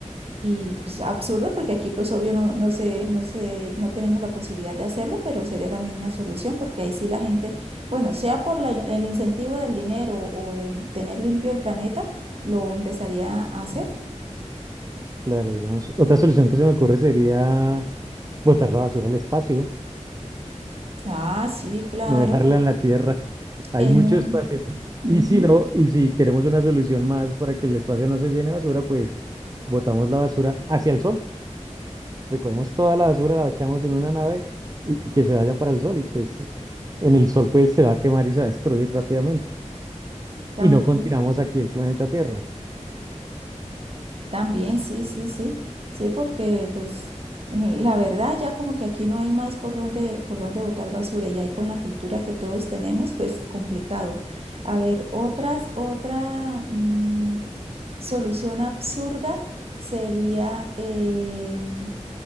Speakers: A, on the right; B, on the right.
A: Y pues, absurdo porque aquí pues obvio no, no sé no sé no tenemos la posibilidad de hacerlo, pero sería también una solución porque ahí sí la gente, bueno, sea por la- el incentivo del dinero o de tener limpio el planeta, lo empezaría a hacer.
B: Claro, digamos, otra solución que se me ocurre sería botar la basura al espacio.
A: Ah, sí, claro,
B: no dejarla en la tierra. Hay
A: en
B: mucho
A: un...
B: espacio.
A: ujú,
B: Y si no, y si queremos una solución más para que el espacio no se llene de basura, pues botamos la basura hacia el sol. Recogemos toda la basura, la echamos en una nave y que se vaya para el sol. Y pues en el sol pues se va a quemar y se va a destruir rápidamente.
A: también.
B: Y no continuamos aquí el planeta Tierra.
A: También, sí, sí, sí. Sí, porque pues la verdad ya como que aquí no hay más por dónde, por dónde botar basura y ahí con la cultura que todos tenemos, pues complicado. A ver, otras, otra mm, solución absurda sería eh,